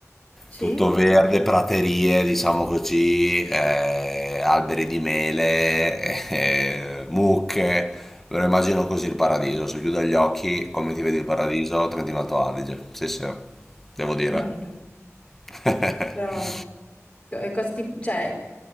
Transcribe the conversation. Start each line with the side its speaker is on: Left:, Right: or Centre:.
Left: Sì?
Centre: Tutto verde, praterie, diciamo così, eh, alberi di mele, <laughs> eh, mucche. Me lo immagino
Left: Beh,
Centre: così il paradiso, se chiudo gli occhi, come ti vedi il paradiso? Trentino Alto Adige. Sì, sì, devo dire.
Left: bello.
Centre: <laughs>
Left: Però... Eh, cosa ti- cioè,